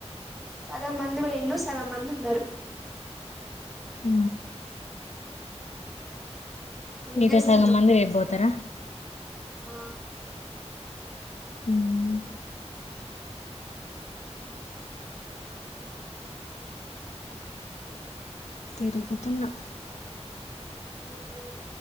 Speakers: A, in the centre; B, on the left.
A: సగం మంది వేళ్లు సగం మంది ఉన్నారు
B: ఊ
A: ఏం
B: మిగతా
A: చేస్తున్నావు
B: సగం మంది రేపుపోతారా
A: ఆ
B: ఉమ్ తిరుగుతున్నా
A: అ